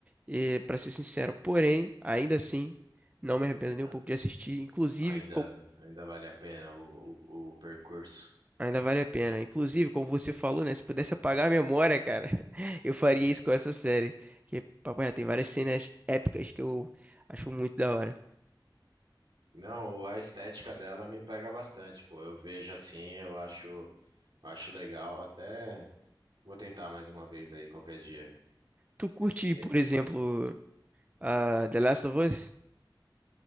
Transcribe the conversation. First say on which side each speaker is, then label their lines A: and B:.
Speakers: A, on the right (about 15°); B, on the right (about 65°).
A: e, pra ser sincero. Porém, ainda assim, não me arrependo nem
B: Ah,
A: um pouco de assistir. Inclusive,
B: Ainda, ainda vale a pena o, o, o percurso.
A: Ainda vale a pena. Inclusive, como você falou, né? Se pudesse apagar a memória, cara, <laughs> eu faria isso com essa série. Que, papai, tem várias cenas épicas que eu acho muito da hora.
B: Não, a estética dela me pega bastante, pô. Eu vejo assim, eu acho, eu acho legal. Até vou tentar mais uma vez aí qualquer dia.
A: Tu curte,
B: E-
A: por exemplo, a The Last of Us?